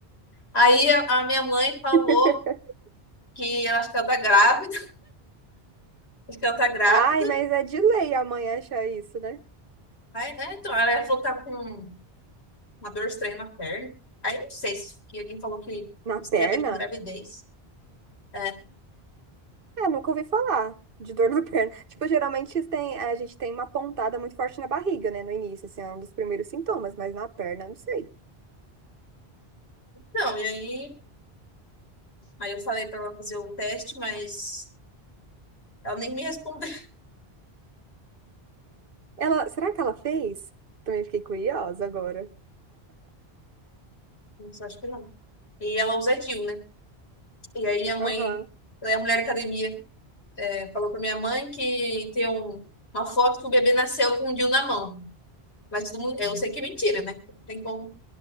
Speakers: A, on the left (about 85°); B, on the right (about 60°).
A: Aí a, a minha mãe falou
B: <laughs>
A: que ela acha que ela tá grávida, <laughs> acho que ela tá grávida.
B: Ai, mas é de lei a mãe achar isso, né?
A: Aí, é, então, ela falou que tava com uma dor estranha na perna. Aí não sei se que alguém falou que
B: Na
A: isso
B: perna?
A: tem a ver com gravidez. É,
B: É, nunca ouvi falar de dor na <laughs> perna. Tipo, geralmente tem, a gente tem uma pontada muito forte na barriga, né? No início, assim, é um dos primeiros sintomas, mas na perna, não sei.
A: não, e aí. Aí eu falei pra ela fazer o teste, mas ela nem me respondeu. <laughs>
B: Ela, será que ela fez? Também fiquei curiosa agora.
A: Nossa, eu acho que não. E ela usa DIU, né? E aí minha mãe,
B: Aham,
A: ela é mulher academia, é, falou pra minha mãe que tem um- uma foto que o bebê nasceu com o DIU na mão. Mas todo mundo, eu sei que é mentira, né? Não tem como.